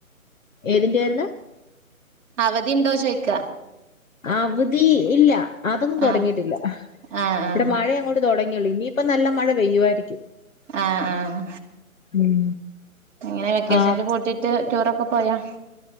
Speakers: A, on the left; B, in the centre.
A: ഏതിന്റെ ആയിരുന്നു
B: അവധി ഉണ്ടോ ചോയിക്ക
A: അവധി ഇല്ല, അതൊന്നും തുടങ്ങിയിട്ടില്ല
B: ആഹ് ആഹ്
A: ഇവിടെ
B: ആഹ്
A: മഴയ അങ്ങോട്ട് തുടങ്ങിയുള്ളൂ ഇനിയിപ്പ നല്ല മഴ പെയ്യുവായിരിക്കും
B: ആഹ് ആഹ്
A: ഉം
B: എങ്ങനെ വെക്കേഷണലിൽ
A: ആ
B: പൂട്ടിട്ട് ടൂർ ഒക്കെ പോയാ